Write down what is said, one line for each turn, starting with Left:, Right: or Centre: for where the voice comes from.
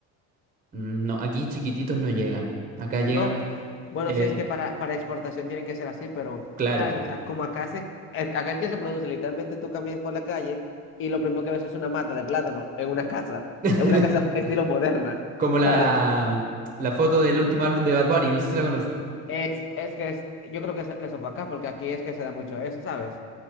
Right: Mm, No, aquí chiquititos no llegan. Acá llegan
Left: No, bueno,
Right: Eh,
Left: sí, es que para, para exportación tienen que ser así, pero,
Right: claro.
Left: ¿sabes? O sea, como acá se, ac- acá el que se produce, literalmente tú caminas por la calle y lo primero que ves es una mata de plátano en una casa,
Right: <laughs>
Left: en una casa <laughs> estilo moderna,
Right: Como la,
Left: ¿sabes?
Right: la foto del último álbum de Bad Bunny, no sé si la conoces.
Left: Es, es que es, yo creo que, es que eso fue acá, porque aquí es que se da mucho eso, ¿sabes?